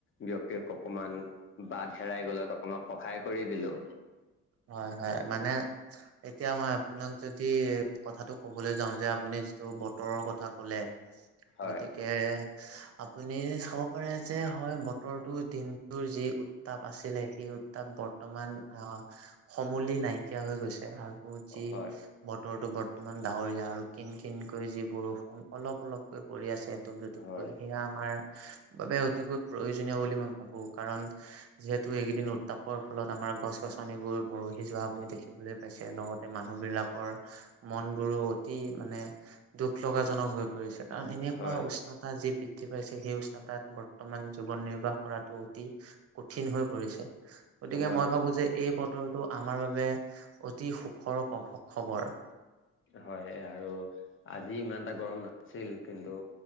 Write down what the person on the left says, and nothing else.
ব্যক্তিক অকমান বাট হেৰাই গ'লত অকমান সহায় কৰি দিলো।
হয়
হয়
হয়
হয়
হয়
হয় আৰু আজি ইমান এটা গৰম নাছিল কিন্তু।